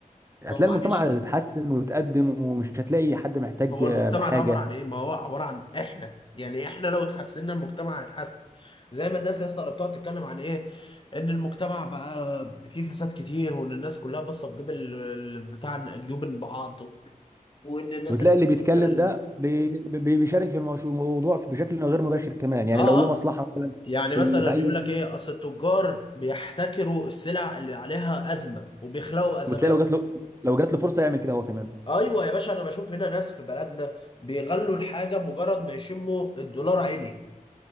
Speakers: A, on the right; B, on the left.
A: هتلاقي
B: ما هو معلش
A: المجتمع هيتحسن ويتقدم ومش هتلاقي حد محتاج
B: هو
A: آه،
B: المجتمع
A: حاجه
B: ده عبارة عن ايه؟ ما هو عبارة عن احنا يعني احنا لو اتحسنا المجتمع هيتحسن زي ما الناس يا اسطى اللي بتقعد تتكلم عن ايه؟ ان المجتمع بقى فيه فساد كتير وان الناس كلها باصة في جيب ال- ال- بتاع جيوب بعض و- وان الناس
A: وتلاقي
B: اللي بتفكر
A: اللي بيتكلم
B: ال-
A: ده بي- بي- بيشارك في الموش- الموضوع بشكل غير مباشر كمان يعني
B: اه
A: لو له
B: اه
A: مصلحه مثلا
B: يعني
A: في
B: مثلا
A: ال- في اي
B: يقول لك ايه اصل التجار بيحتكروا السلع اللي عليها ازمة وبيخلقوا ازمات
A: وتلاقي لو جات له لو جات له فرصه يعمل كده هو كمان
B: ايوه يا باشا انا بشوف هنا ناس في بلدنا بيغلوا الحاجة مجرد ما يشموا الدولار عالي